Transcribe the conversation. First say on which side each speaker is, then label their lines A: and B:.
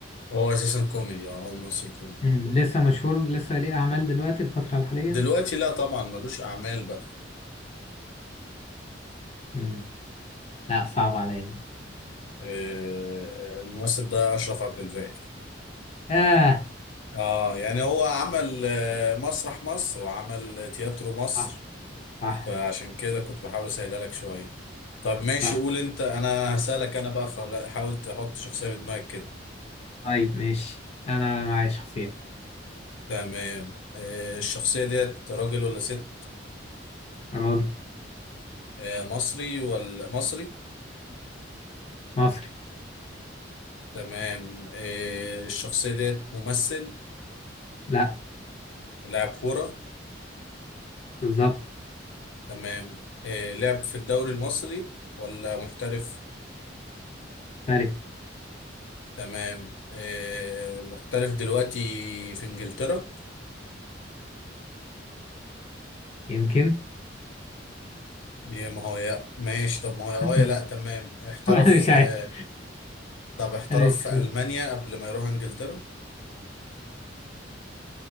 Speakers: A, on the left; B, on the left.
A: هو اساسا كوميدي اه هو ممثل كوميدي
B: مم. لسه مشهور لسه ليه أعمال دلوقتي الفترة الحالية
A: دلوقتي لا طبعا ملوش اعمال بقى
B: مم. لا صعب عليا دي
A: إيه الممثل ده اشرف عبد الباقي
B: آه
A: اه يعني هو عمل آه، مسرح مصر وعمل تياترو مصر
B: صح صح
A: فعشان كده كنت بحاول اسهلها لك شويه طب ماشي
B: صح
A: قول انت انا هسألك انا بقى خلا- حاول تحط شخصيه في دماغك كده
B: طيب ماشي أنا معايا شخصية
A: تمام آه، الشخصيه ديت راجل ولا ست
B: راجل
A: آه، مصري ولا مصري
B: مصري
A: تمام آه، الشخصيه ديت ممثل
B: لا
A: لاعب كوره
B: بالظبط
A: تمام آه، لعب في الدوري المصري ولا محترف
B: فارس
A: تمام آه، محترف دلوقتي في انجلترا
B: يمكن
A: يا ما هو يا ماشي طب ما هو يا اه
B: <laughs>
A: يا لا تمام احترف
B: أنا مش عارف
A: آه، طب احترف
B: أنا مش
A: في
B: عارف
A: ألمانيا قبل ما يروح انجلترا